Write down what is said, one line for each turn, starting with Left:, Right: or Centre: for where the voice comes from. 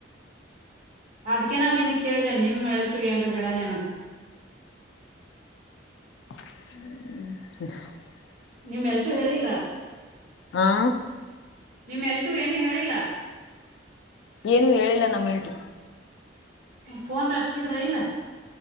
Right: ಅದಕೆ ನಾನಿಗ್ ಕೇಳಿದೆ ನಿಮ್ ಎಲ್ಟು ಏನ್ ಹೇಳನೆನಂತ್
Left: ಹ್ಮ್ ಹ್ಮ್
Right: ನಿಮ್ಮ್ ಎಲ್ಟು ಹೇಳಿಲ್ಲ
Left: ಹಾ
Right: ನಿಮ್ ಎಲ್ಟು ಏನ ಹೇಳಿಲ್ಲ
Left: ಏನು ಹೇಳಿಲ್ಲ ನಮ್ ಎಲ್ಟು
Right: ಫೋನ್ ರ ಅಚ್ಇದ್ರ ಹಿಲ್ಲ